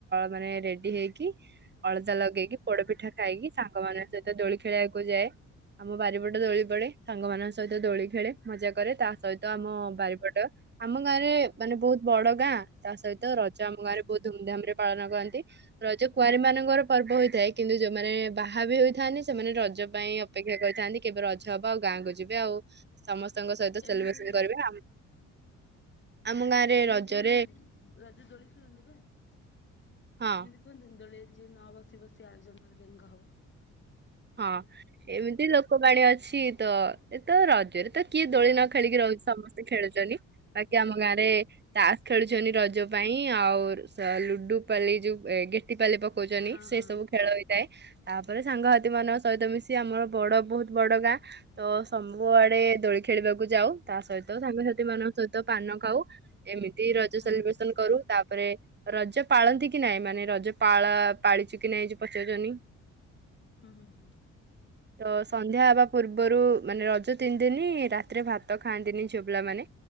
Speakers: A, on the right (about 35°); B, on the left (about 40°).
A: ମାନେ ରେଡି ହେଇକି ଅଳତା ଲଗେଇକି ପୋଡ ପିଠା ଖାଇକି ସାଙ୍ଗମାନଙ୍କ ସହିତ ଦୋଳି ଖେଳିବାକୁ ଯାଏ ଆମ ବାରିପଟେ ଦୋଳି ପଡେ ସାଙ୍ଗମାନାନଙ୍କ ସହିତ ଦୋଳି ଖେଳେ ମଜା କରେ ତା ସହିତ
B: ହଁ
A: ଆମ ବାରିପଟ ଆମ ଗାଁରେ ମାନେ ବହୁତ ବଡ ଗାଁ ତା ସହିତ ରଜ ଆମ ଗାଁ ରେ ବହୁତ ଧୁମଧାମ ରେ ପାଳନ କରନ୍ତି ରଜ କୁଆଁରୀ ମାନଙ୍କର ପର୍ବ ହୋଇଥାଏ କିନ୍ତୁ ଯୋଉମାନେ ବାହା ବି ହୋଇଥାନ୍ତି ସେମାନେ ରଜ ପାଇଁ ଅପେକ୍ଷା କରିଥାନ୍ତି କେବେ ରଜ ହବ ଆଉ ଗାଁକୁ ଯିବେ ଆଉ ସମ ସ୍ତ ଙ୍କ ସହିତ
B: ଏମିତି
A: ସେଲିବ୍ରେସନ କରିବେ ଆ ଆମ ଗାଁରେ
B: ଏମିତି
A: ରଜରେ
B: କୁହନ୍ତିନି ରଜ ଦୋଳି ଖେଳନ୍ତି ବା।
A: ହଁ
B: ଏମିତି କୁହନ୍ତିନି ଦୋଳି ଯେ ନ ହବ ସେ ବସି ଆରଜନ୍ମ ରେ ବେଙ୍ଗ ହବ।
A: ହଁ ଏମିତି ଲୋକବାଣୀ ଅଛି ତ ଏ ତ ରଜରେ ତ କିଏ ଦୋଳି ନ ଖେଳିକି ରହୁଛି ସମସ୍ତେ ଖେଳୁଛନ୍ତି ବାକି ଆମ ଗାଁରେ ତାସ ଖେଳୁଛନ୍ତି ରଜ ପାଇଁ ଆଉ ଲୁଡୁ ପାାଲି ଯୋଉ ଗେଟିପାଲି ପ କହୁଛନ୍ତିି
B: ହଁ
A: ସେ
B: ହଁ
A: ସବୁ ଖେଳ ହୋଇଥାଏ। ତାପରେ ସାଙ୍ଗ ମଙ୍କ ସହିତ ମିଶି ଆମର ବଡ ବହୁତ ବଡ ଗାଁ ତ ସବୁଆଡେ ଦୋଳି ଖେଳିବାକୁ ଯାଉ ତା ସହିତ ସାଙ୍ଗସଥିଥି ମାନଙ୍କ ସହିତ ପାନ ଖାଉ ଏମିତି ରଜ
B: ହଁ
A: ସେଲିବ୍ରେସନ କରୁ ତାପରେ ରଜ ପାଳନ୍ତି କି ନାଇଁ ମାନେ ରଜ ପାଳ ପାଳିଚୁ କି ନାଇଁ ପଚାରୁ
B: ହୁଁ ହୁ ହୁଁ
A: ତ ସନ୍ଧ୍ୟା ହବା ପୂର୍ବରୁ ମାନେ ରଜ ତିନିଦିନି ରାତିରେ ଭାତ ଖାଆନ୍ତିନି ଝିବଲା ମାନେ